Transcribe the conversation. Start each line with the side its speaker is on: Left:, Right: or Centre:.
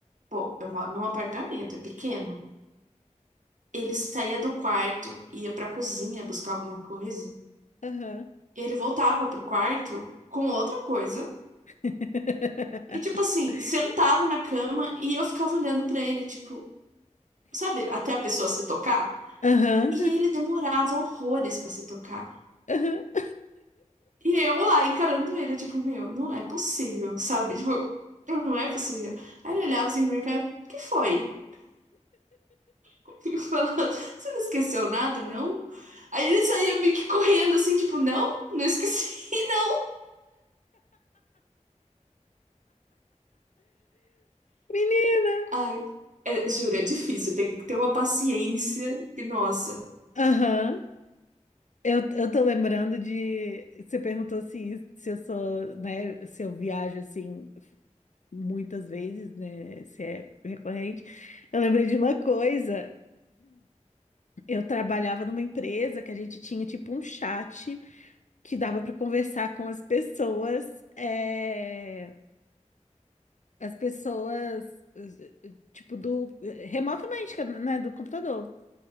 Right: pô, eu moro num apartamento, é pequeno. Ele saía do quarto, ia pra cozinha buscar alguma coisa,
Left: aham, aham.
Right: e ele voltava pro quarto com outra coisa.
Left: <laughs>
Right: E tipo assim, sentava na cama e eu ficava olhando pra ele, tipo, sabe, até a pessoa se tocar.
Left: Aham,
Right: E ele demorava horrores pra se tocar.
Left: aham.
Right: E eu lá encarando ele, tipo, meu, não é possível, sabe? Tipo, não é possível. Aí ele olhava assim pra minha cara, o que foi? <laughs> Eu você não esqueceu nada, não? Aí ele saía meio que correndo assim, tipo, não, não esqueci, <laughs> não.
Left: Menina!
Right: Ai, é, juro, é difícil. Tem que ter uma paciência que, nossa.
Left: Aham. Eu, eu tô lembrando de. Você perguntou se, se eu sou, né? Se eu viajo assim muitas vezes, né? Se é recorrente. Eu lembrei de uma coisa. Eu trabalhava numa empresa que a gente tinha tipo um chat que dava para conversar com as pessoas, eh, as pessoas eh, tipo do remotamente, que é, né, do computador,